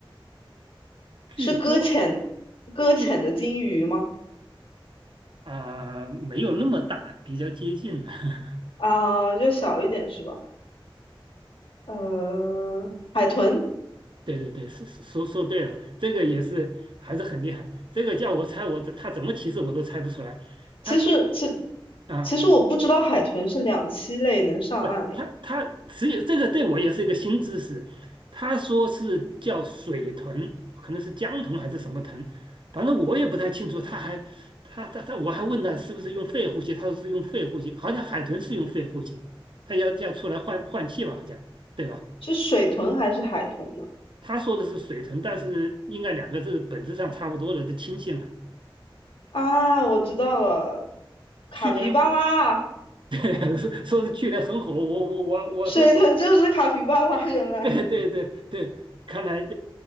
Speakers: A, on the right; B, on the left.
A: 据说，
B: 是搁浅，搁浅的金鱼吗？
A: 据啊、没有那么大，比较接近了。<laughs>
B: 啊，就小一点是吧？呃，海豚，
A: 对对对，说说说对了，这个也是还是很厉害。这个叫我猜我，他怎么提示我都猜不出来。他
B: 其实其
A: 啊，
B: 其实我不知道海豚是两栖类能上岸，
A: 不，他他只有这个对我也是一个新知识。他说是叫水豚，可能是江豚还是什么豚，反正我也不太清楚。他还他他他，我还问他是不是用肺呼吸，他说是用肺呼吸，好像海豚是用肺呼吸，他要要出来换换气吧，好像对吧？
B: 是水豚还是海豚呢？
A: 他说的是水豚，但是应该两个字本质上差不多的，是亲戚嘛。
B: 啊，我知道了，卡皮巴拉，
A: 去年 <laughs> 说说是去年很火，我我我我说我
B: 水豚就是卡皮巴拉，原来，
A: <laughs> 对对对对，看来 <laughs>